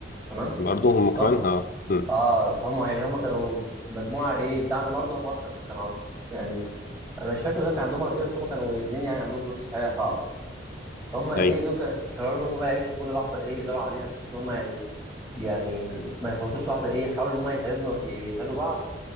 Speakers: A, on the right; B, on the left.
A: تمام
B: برضو هم
A: فهم
B: كمان اه امم
A: اه فهم يعني هم كانوا في مجموعه ايه دعم المرضى هم اصلا كانوا عن- يعني انا مش فاكر بالظبط كان عندهم مرض ايه بس هم كانوا اتنين يعني عندهم ظروف صحيه صعبه هم ايه
B: ايوه
A: دول ك- قرروا ان هم بقى يعيشوا كل لحظه ايه يقدروا عليها بحيث ان هم يعني يعني ما يفوتوش لحظه ايه يحاولوا ان هم يساعدنا يساعدوا بعض